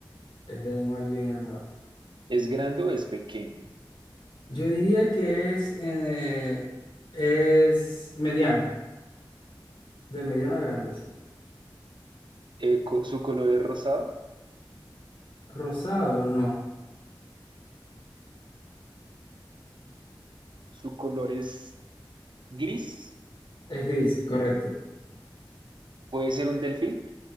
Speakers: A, on the left; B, on the right.
A: Este animal vive en el mar.
B: ¿Es grande o es pequeño?
A: Yo diría que es, eh, es mediano, de mediano a grande, sí.
B: Eh, co- ¿su color es rosado?
A: Rosado, no.
B: ¿Su color es gris?
A: Es gris, correcto.
B: ¿Puede ser un delfín?